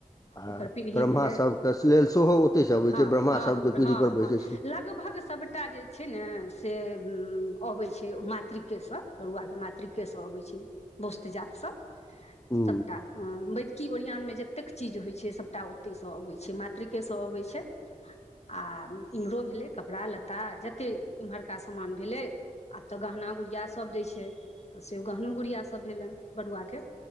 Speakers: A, on the left; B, on the left.
A: आ
B: ओकर पीढ़ी
A: ब्रह्मा
B: भेले,
A: सबके लेल सेहो ओतहिसँ अबै
B: हाँ-हाँ-हाँ-हाँ
A: छै ब्रह्मा सब जे पीढ़ी पर बैसै छै
B: लगभग सबटा जे छै ने से उम्म हुं। अबै छै मातृके से, बरुआ के मातृके से अबै छै वस्त्र जात सब।
A: हूँ
B: सबटा अ वेदकी ओरियान मे जे तेक चीज होय छै सबटा ओते से अबै छै, मातृकेे से अबै छै आ इम्हरो भेलै कपड़ा लत्ता जते इम्हरका समान भेलै। आब ते गहना गुड़िया सब दै छै तऽ से गहनो गुड़िया सब भेलन बरुआ के।